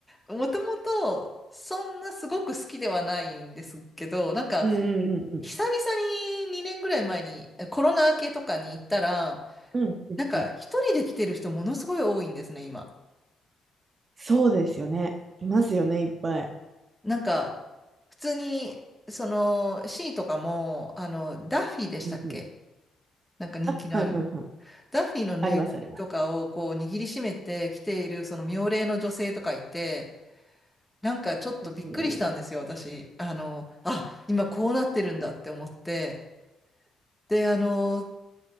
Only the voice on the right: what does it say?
うんうんうんうん。
うんうんうん
そうですよね。いますよね、いっぱい。
うんうん。
あ、はいはいはい。
あります、あります。
そう